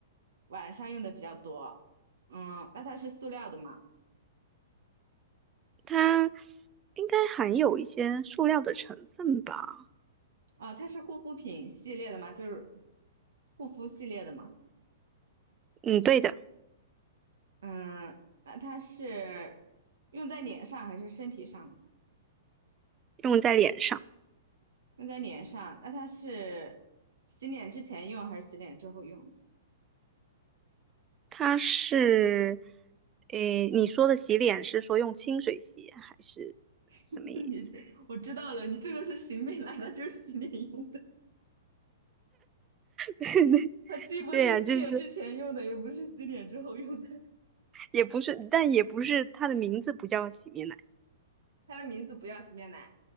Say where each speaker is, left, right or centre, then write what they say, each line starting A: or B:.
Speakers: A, on the right (about 80°); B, on the right (about 20°).
A: 晚上用的比较多。嗯，那它是塑料的吗？
B: 它应该含有一些塑料的成分吧？
A: 啊，它是护肤品系列的吗？就是护肤系列的吗？
B: 嗯，对的，
A: 嗯，那它是用在脸上还是身体上？
B: 用在脸上。
A: 用在脸上，那它是洗脸之前用还是洗脸之后用？
B: 它是，诶，你说的洗脸是说用清水洗还是
A: <laughs>
B: 什么意思？
A: 你，我知道了，你这个是洗面奶，它就是洗脸用的，
B: <laughs>
A: 它既不是洗脸之前用的，
B: 对呀，就是
A: 也不是洗脸之后用的，
B: 也不是，但也不是它的名字不叫洗面奶。
A: 它的名字不要洗面奶。